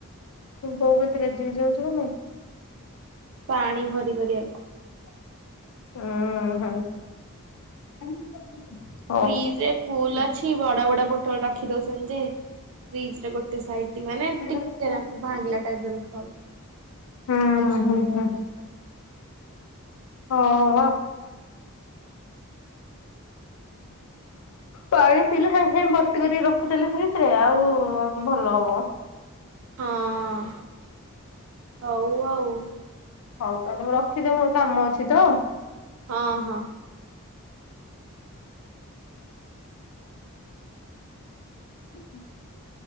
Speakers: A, on the left; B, on the right.
A: ବୋଉ କେତେ ଗେଜେ ଗେଜେ ହଉଚି କଁ ପାଇଁ?
B: ପାଣି ଭରି କରିବାକୁ।
A: ଉଁ ହୁଁ।
B: ଫ୍ରିଜରେ ଫୁଲ୍ ଅଛି ବଡ଼ ବଡ଼ ବୋଟଲ୍ ରଖି ଦଉଚନ୍ତିଯେ ଫ୍ରିଜରେ ଗୋ ଗୋଟେ ସାଇଟଙ୍ଗ୍ ମାନେ
A: ଓହୋ
B: ଟିକେନାକୁ ଭାଂଗିଲା ଟାଇପ୍ ର ଦେଖାଯାଉଚି।
A: ହୁଁ
B: ମଝିରୁ
A: ହୁଁ
B: <unintelligible>
A: ହୁଁ। ହଁ ହଁ। ପାଣି ପିଇଲେ ସାଙ୍ଗେ ସାଙ୍ଗେ ଭର୍ତ୍ତି କରି ରଖିଦେଲେ ଫ୍ରିଜ ରେ, ଆଉ ଭଲ ହବ।
B: ହଁ, ହଉ ଆଉ।
A: ହଉ ତାହେଲେ ମୁଁ ରଖିଦିଏ, ମୋର କାମ ଅଛି ତ।
B: ହଁ ହଁ।
A: <unintelligible>